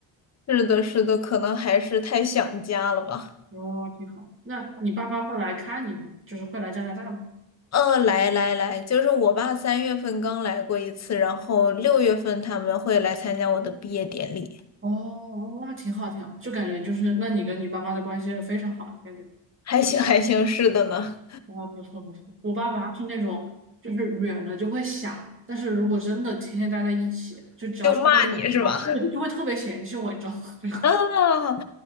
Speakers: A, on the left; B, on the right.
A: 是的，是的，可能还是太想家了吧。
B: 哦，挺好。那你爸妈会来看你吗？就是会来加拿大吗？
A: 呃，来来来，就是我爸三月份刚来过一次，然后六月份他们会来参加我的毕业典礼，
B: 哦，那挺好，挺好，就感觉就是，那你跟你爸妈的关系非常好，感觉
A: 还行还行，是的呢，
B: 哇，不错不错。我爸妈是那种，就是远了就会想，但是如果真的天天待在一起，就只要超过两周，
A: 就骂你是吧？
B: 就就会特别嫌弃我，
A: <laughs>
B: 你知道吗？<laughs> 就是
A: 啊，